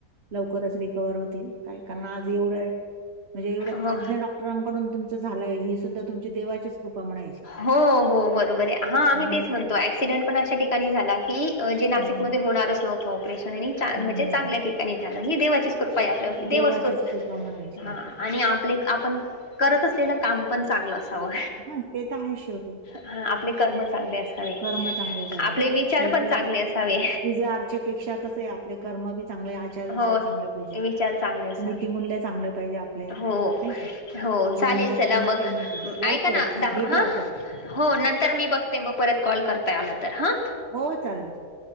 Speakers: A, on the right (about 45°); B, on the left (about 40°).
A: लवकरच रिकवर होतील काय कारण आज एवढं म्हणजे एवढ्या
B: हो
A: तज्ञ डॉक्टर डॉक्टरांकडून तुमच झालंय ही सुद्धा तुमची देवाची कृपा म्हणायची
B: हो हो बरोबर आहे हा आम्ही
A: नाही
B: तेच म्हणतो
A: की
B: ऍक्सिडेंट पण अशा ठिकाणी झाला की जे नाशिकमध्ये
A: हं, हं,
B: होणारच नव्हतं ऑपरेशन आणि म्हणजे
A: हं,
B: चांगल्या
A: हं.
B: ठिकाणी झालं हे देवाची कृपा आपल्यावरती देव
A: देवाचीच
B: असतो
A: कृपा म्हणायची
B: ह
A: असं
B: आणि आपले आपण करत असलेलं काम पण चांगलं असावं
A: हा ते तर आहे शेवटी
B: हा आपले कर्म चांगले असावे
A: कर्म चांगले पाहिजे
B: आपले विचार
A: शेवटी
B: पण चांगले असावे
A: विजय आरचे पेक्षा कस आहे आपले कर्म बी चांगले आचार
B: हो
A: विचार चांगले पाहिजे
B: विचार चांगले असावे
A: नीतीमूल्य चांगले पाहिजे
B: हो
A: नाही का
B: हो
A: जीवन
B: चालेल
A: जगताना
B: चला मग
A: काही नाही पाहिजे
B: ऐका
A: ओके
B: ना
A: ओके
B: दहा
A: भेटू
B: हा
A: आपण
B: हो नंतर मी बघते मग परत कॉल करताय आला तर हा
A: हो चालेल ल